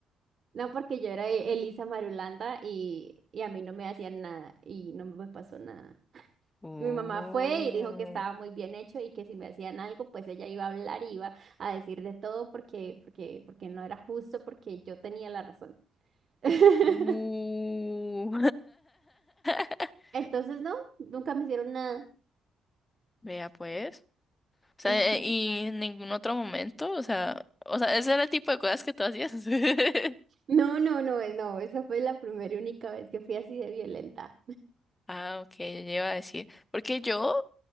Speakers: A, on the right; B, on the left.
A: no porque yo era E- Elisa Marulanda y, y a mí no me hacían nada y no me pasó nada.
B: Oh.
A: Mi mamá fue y dijo que estaba muy bien hecho y que si me hacían algo, pues ella iba a hablar, y iba a decir de todo porque, porque, porque no era justo, porque yo tenía la razón. <laughs>
B: Uh. <laughs>
A: Entonces, no, nunca me hicieron nada.
B: Vea pues. O sea,
A: Ujú.
B: eh, y en ningún otro momento, o sea, o sea, ese era el tipo de cosas que tú hacías. <laughs>
A: No, no, no, eh, no, esa fue la primera y única vez que fui así de violenta.
B: Ah, ok, yo iba a decir. Porque yo,